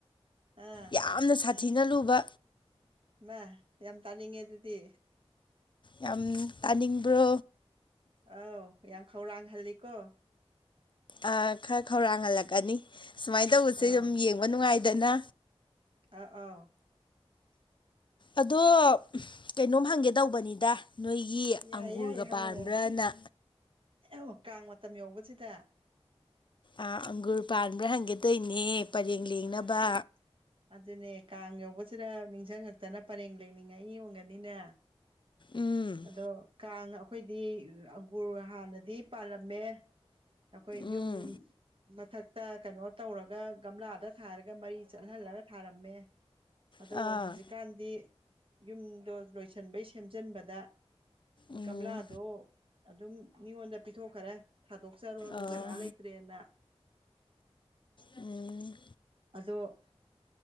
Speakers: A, on the right (about 60°); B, on the left (about 50°).
A: ꯑꯥ
B: ꯌꯥꯝꯅ ꯁꯥ ꯊꯤꯅ ꯂꯨꯕ
A: ꯃ ꯌꯥꯝ ꯇꯥꯅꯤꯡꯉꯦ ꯑꯗꯨꯗꯤ
B: ꯌꯥꯝ ꯇꯥꯅꯤꯡꯕ꯭ꯔꯣ
A: ꯑꯧ ꯌꯥꯝ ꯈꯧꯔꯥꯡꯍꯜꯂꯤꯀꯣ
B: ꯑ ꯈꯔ ꯈꯧꯔꯥꯡꯍꯜꯂꯛꯀꯅꯤ ꯁꯨꯃꯥꯏ ꯇꯧꯕꯁꯦ
A: ꯑꯧ
B: ꯑꯗꯨꯝ ꯌꯦꯡꯕ ꯅꯨꯡꯉꯥꯏꯗꯅ
A: ꯑꯥ ꯑꯣ
B: ꯑꯗꯣ ꯀꯩꯅꯣꯝ ꯍꯪꯒꯦ ꯇꯧꯕꯅꯤꯗ ꯅꯣꯏꯒꯤ
A: ꯌꯥꯏ
B: ꯑꯪꯒꯨꯔꯒ
A: ꯌꯥꯏ ꯍꯪꯉꯛꯑꯣ
B: ꯄꯥꯟꯕ꯭ꯔꯥꯅ
A: <unintelligible> ꯀꯥꯡ ꯃꯇꯝ ꯌꯧꯕꯁꯤꯗ
B: ꯑꯥ ꯑꯪꯒꯨꯔ ꯄꯥꯟꯕ꯭ꯔꯥ ꯍꯟꯒꯦꯇꯧꯅꯦ ꯄꯔꯦꯡ ꯂꯦꯡꯅꯕ
A: ꯑꯪ ꯑꯗꯨꯅꯦ ꯀꯥꯡ ꯌꯧꯕꯁꯤꯗ ꯅꯤꯡꯖꯡꯉꯛꯇꯅ ꯄꯔꯦꯡ ꯂꯦꯡꯅꯤꯡꯉꯛꯏ ꯑꯣꯏꯝꯒꯅꯤꯅꯦ
B: ꯎꯝ
A: ꯑꯗꯣ ꯀꯥꯡ ꯑꯈꯣꯏꯗꯤ ꯑꯪꯒꯨꯔ ꯍꯥꯟꯅꯗꯤ ꯄꯥꯜꯂꯝꯃꯦ ꯑꯈꯣꯏ
B: ꯎꯝ
A: ꯌꯨꯝ ꯃꯊꯛꯇ ꯀꯩꯅꯣ ꯇꯧꯔꯒ ꯒꯝꯂꯥ ꯗ ꯊꯥꯔꯒ ꯃꯔꯤ ꯆꯠꯍꯜꯂꯒ ꯊꯥꯔꯝꯃꯦ ꯑꯗꯣ
B: ꯑꯥ
A: ꯍꯧꯖꯤꯛꯀꯥꯟꯗꯤ ꯌꯨꯝꯗꯣ ꯂꯣꯏ ꯁꯟꯕꯩ ꯁꯦꯝꯖꯟꯕꯗ
B: ꯎꯝ
A: ꯒꯝꯂꯥꯗꯣ ꯑꯗꯨꯝ ꯃꯤꯉꯣꯟꯗ ꯄꯤꯊꯣꯛꯈꯔꯦ ꯊꯥꯗꯣꯛꯆꯔꯣꯅ
B: ꯑꯥ
A: ꯖꯒꯥ ꯂꯩꯇ꯭ꯔꯦꯅ
B: ꯎꯝ
A: ꯑꯗꯣ